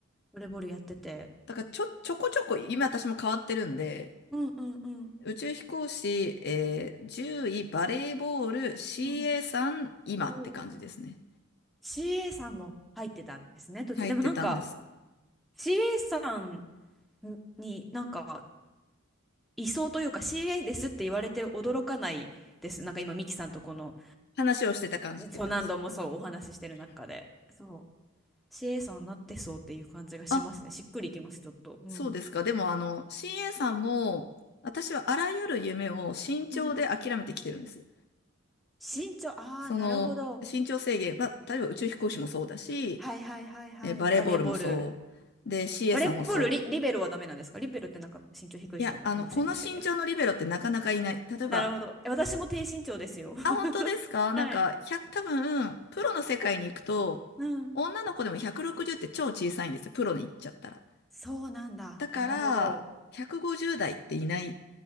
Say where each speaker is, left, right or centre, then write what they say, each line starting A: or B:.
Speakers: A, in the centre; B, on the left.
A: ボレボールやってて。
B: だからちょ、ちょこちょこ、今私も変わってるんで、
A: うんうんうん。
B: 宇宙飛行士、えー、10位バレーボール c
A: うん。
B: a ん今って感じですね。
A: お、CA さんも入ってたんですね、途中。
B: 入ってたんです。
A: でもなんか、CA さんになんか、いそうというか CA ですって言われて驚かないです。なんか今、ミキさんとこの、
B: 話をしてた感じって感じです。
A: そう何度もそうお話ししてる中で。そうシエさんなってそうっていう感じがしますね。
B: あ
A: しっくりいきます、ちょっと。うん。
B: そうですか。でも、あの、CA さんも、私はあらゆる夢を慎重で諦めてきてるんです。
A: うん。身長、ああ、
B: その、
A: なるほど。
B: 身長制限、まあ、例えば宇宙飛行士もそうだし、
A: はいはいはいはい。
B: えーバレーボールもそう。
A: バレーボール。
B: で、CA
A: バレーボールリ、
B: さんもそう。
A: リベロはダメなんですかリベロってなんか身長低い人もいませんでしたっけ
B: いや、あの、この身長のリベロってなかなかいない。例えば、
A: なるほど。え私も低身長ですよ。<laughs>
B: あ、本当ですかなんか、
A: はい。
B: 100、多分、プロの世界に行くと、
A: うん。
B: 女の子でも160って超小さいんですよ。プロに行っちゃったら。
A: そうなんだ。
B: だから、
A: なるほど。
B: 150代っていない。